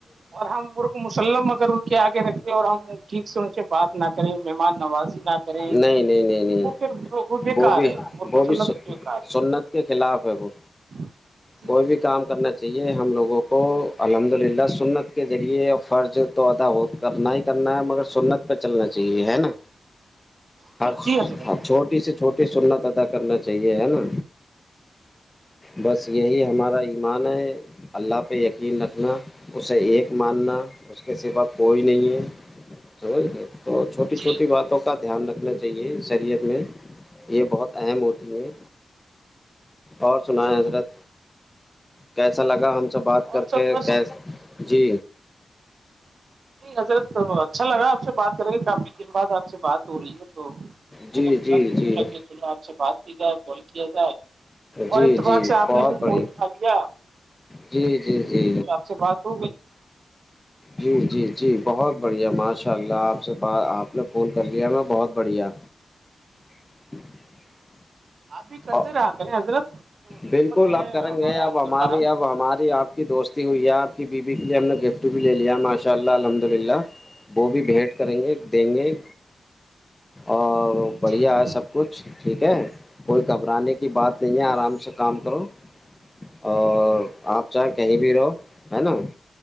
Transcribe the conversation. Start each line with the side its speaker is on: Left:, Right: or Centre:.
Right: اور ہم مرک مسللم اگر ان کے آگے رکھیں اور ہم ٹھیک سے ان سے بات نہ کریں مہمان نوازی نہ کریں
Left: نہیں
Right: تو
Left: نہیں نہیں نہیں
Right: وہ پھر وہ بےیکار
Left: بھی
Right: ہے م
Left: وہ
Right: مسلم
Left: بھی
Right: بیکار ہے
Left: سنت کے خلاف ہے وہ
Right: <inaudible>
Left: کوئی بھی کام کرنا چاہیے ہم لوگوں کو الحمد للہ سنت کے ذریعے فرض تو ادا ہوت کرنا ہی کرنا ہے سنت پہ چلنا چاہیے ہے نا ہر
Right: جی حضرت
Left: چھوٹی سے چھوٹی سنت ادا کرنا چاہیے ہے نا بس یہی ہمارا ایمان ہے اللہ پہ یقین رکھنا اس سے ایک ماننا اس کے صفا کوئی نہیں ہے سمجھ گئے تو چھوٹی
Right: جی
Left: چھوٹی
Right: حضرت
Left: باتوں کا دھیان رکھنا چاہیے شریعت میں یہ بہت اہم ہوتی ہے اور سنائیے
Right: جی بالکل
Left: حضرت کیسا لگا ہم سے بات کر
Right: اور سب
Left: کے
Right: بس
Left: جی
Right: نہیں حضرت تو اچھا لگا آپ سے بات کریں کے کافی دن بعد آپ سے بات ہو رہی ہے تو میں
Left: جی
Right: نے بولا
Left: جی جی
Right: پوچھا کہ چلو آپ سے بات کی جائے کال کیا جائے اور
Left: جی
Right: اتفاق
Left: جی
Right: سے آپ
Left: بہت
Right: نے بھی
Left: بڑھیا
Right: فون اٹھا لیا
Left: جی جی جی
Right: اچھی بات ہو گئی
Left: جی جی جی بہت بڑھیا ماشاء اللہ آپ سے آپ نے فون کر لیا میں بہت بڑھیا <inaudible>
Right: آپ بھی کرتے
Left: اور
Right: رہا کریں حضرت نمبر
Left: بالکل
Right: ہے
Left: اب کریں
Right: ہمارا
Left: گے اب
Right: آپ کے
Left: ہماری
Right: پاس
Left: اب ہماری آپ کی دوست ہوئی ہے آپ کی بیوی کے لیے ہم نے گفٹ بھی لے لیا ماشاء اللہ الحمد للہ وہ بھی بھیٹ کریں گے دیں گے اور بڑھیا
Right: جی جی
Left: ہے سب کچھ ٹھیک ہے کوئی گھبرانے کی بات نہیں ہے آرام سے کام کرو اور آپ چاہیں کہیں بھی رہو ہے نا